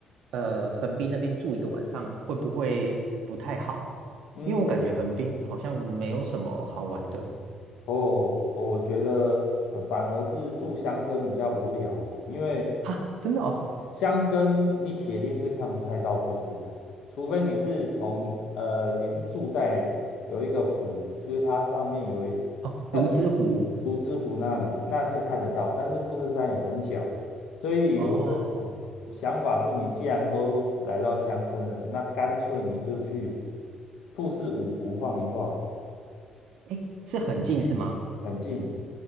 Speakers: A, on the right; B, on the left.
A: 呃横滨那边住一个晚上，会不会不太好？
B: 嗯，
A: 因为我感觉横滨好像没有什么好玩的
B: 哦，我觉得呃反而是住箱根比较无聊啦，因为
A: 哈，真的哦，
B: 箱根你铁定是看不太到富士山，除非你是从呃你是住在有一个湖，就是它上面有一
A: 哦，
B: 呃
A: 泸沽湖
B: 竹之湖那里，那是看得到，但是富士山也很小，所以我的
A: 哦，
B: 想法是你既然都来到箱根了，那干脆你就去富士五湖晃一晃，
A: 哎，是很近是吗？
B: 很近。